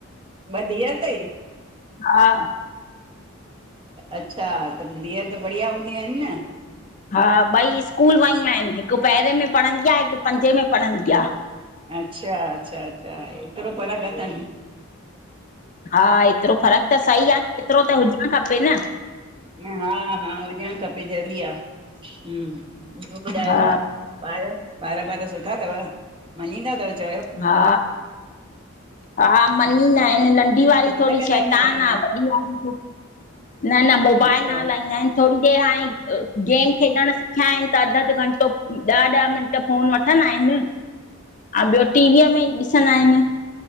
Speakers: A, on the right (about 25°); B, on the left (about 35°).
A: ॿ धीअर तई
B: हा
A: अच्छा, त धीअर त बढ़िया हूंदी आहिन न
B: हा ॿई स्कूल वयू आहिन हिकु पेहरें में पढ़ंदी आ, हिकु पंजे में पढ़ंदी आ।
A: अच्छा, अच्छा -अच्छा, एतरो फरक़ अथन
B: हा ऐतरो फरक त सही आ, न ऐतरो त हुजण खपे न।
A: हा हा हुजण खपे ज़रूरी आ, हुम्, बयो ॿुधायो?
B: हा
A: ॿारु, ॿारु - ॿारु सुठा तव मञींदा तव चऐ
B: हा हा, मञीदा आहिन नंढी
A: की
B: वारी
A: मोबाइल
B: थोडी
A: हलाईंदा
B: शैतान
A: आहिनि सॼो ॾींहुं?
B: आ, वॾी वारी थोरी न, न मोबाइल
A: अच्छा
B: न हलाईंदा आहिन। थोरी देर हाणे, गेम खेॾण सिखया आहिन त अधु- अधु घंटो, ॾह -ॾह मिंट फ़ोन वठंदा आहिन।
A: <inaudible>
B: हा, ब्यो टीवीअ में ॾिसंदा आहिन।